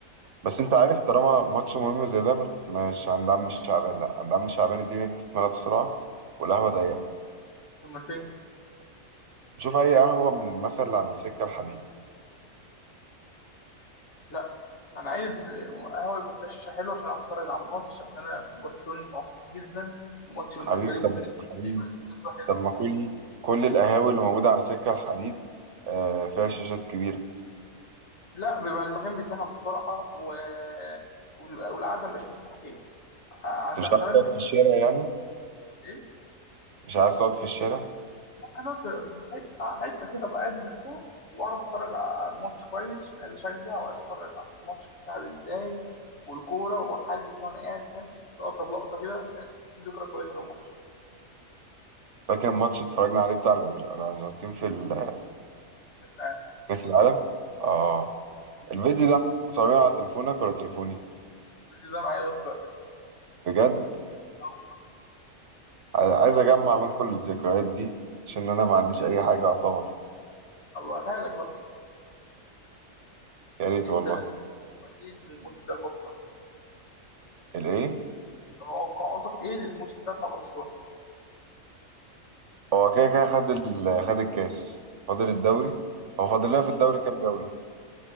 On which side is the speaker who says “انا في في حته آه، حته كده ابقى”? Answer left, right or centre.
Left